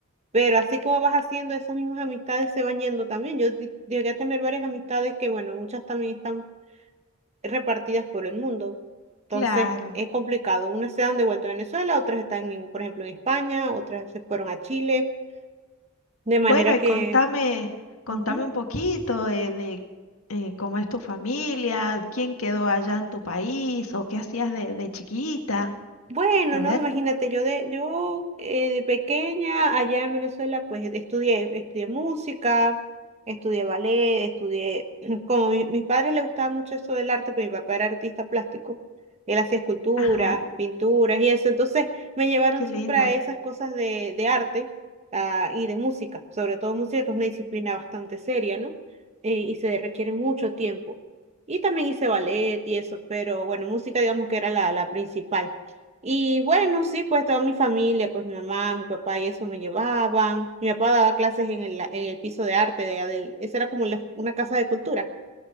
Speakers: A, on the right; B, on the left.
A: pero así como vas haciendo, esas mismas amistades se van yendo también. Yo di- llegué a tener varias amistades que, bueno, muchas también están repartidas por el mundo. Entonces
B: claro.
A: es complicado. Unas se han devuelto a Venezuela, otras están, en, por ejemplo, en España, otras se fueron a Chile. De manera
B: Bueno, y
A: que
B: contame, contame
A: ujú,
B: un poquito eh, de, eh, cómo es tu familia, quién quedó allá en tu país o qué hacías de, de chiquita.
A: Bueno,
B: A
A: no,
B: ver,
A: imagínate, yo de, yo eh, de pequeña allá en Venezuela, pues estudié, estudié música, estudié ballet, estudié, <clears throat> como mi- mis padres les gustaba mucho eso del arte, pero mi papá era artista plástico, él hacía esculturas,
B: ajá,
A: pinturas y eso, entonces me llevaron
B: qué
A: siempre
B: lindo.
A: a esas cosas de, de arte, ah, y de música, sobre todo música, que es una disciplina bastante seria, ¿no? Eh, y se requiere mucho tiempo. Y también hice ballet y eso, pero bueno, música digamos que era la, la principal. Y bueno, sí, pues toda mi familia, pues mi mamá, mi papá y eso me llevaban. Mi papá daba clases en el, en el piso de arte de allá del, esa era como la- una casa de cultura.